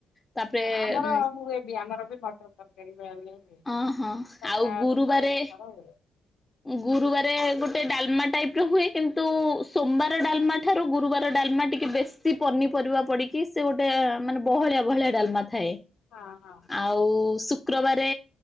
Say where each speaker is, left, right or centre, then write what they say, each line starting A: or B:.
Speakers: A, on the left (about 15°); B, on the left (about 80°).
A: ତାପରେ
B: ହଁ ଆମର ହୁଏ ବି ଆମର ବି ମଟର ତରକାରୀ ଭଳିଆ ଭଳିଆ ହୁଏ।
A: ଓ ହଁ
B: ସପ୍ତାହରେ
A: ଆଉ ଗୁରୁବାର
B: ଥରେ ଦି ଥର ହୁଏ
A: ଗୁରୁବାରେ ଗୋଟେ ଡାଲମା ଟାଇପ ର ହୁଏ କିନ୍ତୁ ସୋମବାର ଡାଲମା ଠାରୁ ଗୁରୁବାରେ ଡାଲମା ଟିକେ ବେଶ ସି ପନିପରିବା ପଡିକି ସେ ଗୋଟେ ମାନେ ବହଳିଆ ବହଳିଆ ଡାଲମା ଥାଏ।
B: ହଁ ହଁ
A: ଆଉ ଶୁକ୍ରବାରେ।